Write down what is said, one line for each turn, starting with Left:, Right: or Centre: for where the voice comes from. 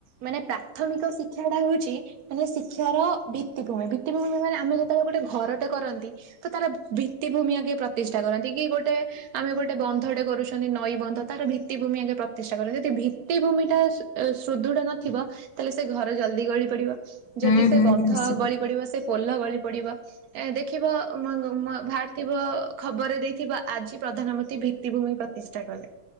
Right: ମାନେ ପ୍ରାଥମିକ ଶିକ୍ଷା ଟା ହଉଚି ମାନେ ଶିକ୍ଷାର ଭିତିଭୂମି, ଭିତିଭୂମି ମାନେ ଆମେ ଯେତେବେଳେ ଗୋଟେ ଘର ଟେ କରନ୍ତି ତ ତାର ଭିତ୍ତିଭୂମି ଆଗେ ପ୍ରତିଷ୍ଠା କରନ୍ତି କି ଗୋଟେ ଆମେ ଗୋଟେ ବନ୍ଧଟେ କରୁଛନ୍ତି। ନଈ ବନ୍ଧ ତାର ଭିତ୍ତିଭୂମି ଆଗେ ପ୍ରତିଷ୍ଠା କରନ୍ତି। ଯଦି ଭିତିଭୂମି ଟା ସୂ ସୁଦୃଢ ନଥିବ ତାହେଲେ ସେ ଘର ଜଲ୍ଦି ଗଳି ପଡ଼ିବ। ଯଦି
Left: ହୁଁ
Right: ସେ
Left: ହୁଁ
Right: ବନ୍ଧ
Left: ନିଶ୍ଚୟ
Right: ଗଳି ପଡ଼ିବ ସେ ପୋଲ ଗଳି ପଡ଼ିବ। ଏ ଦେଖିବ <unintelligible> ବାହାରି ଥିବ ଖବରରେ ଦେଇଥିବ ଆଜି ପ୍ରଧାନମନ୍ତ୍ରୀ ଭି ଭିତିଭୂମି ପ୍ରତିଷ୍ଠା କଲେ।